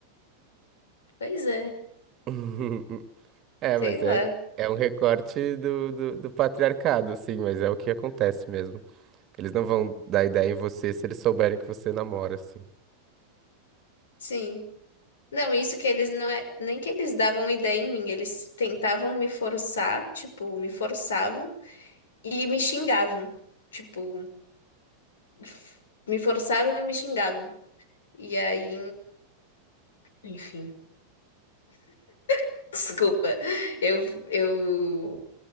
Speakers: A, on the left (about 65°); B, on the right (about 30°).
A: Pois é,
B: <laughs> É, mas
A: sei lá.
B: é, é um recorte do, do, do patriarcado, assim, mas é o que acontece mesmo. Eles não vão dar ideia em você se eles souberem que você namora, assim.
A: Sim. Não, isso que eles não é, nem que eles davam ideia em mim, eles tentavam me forçar, tipo, me forçavam e me xingavam. Tipo, f- me forçavam e me xingavam. E aí, enfim, <laughs> desculpa. Eu, eu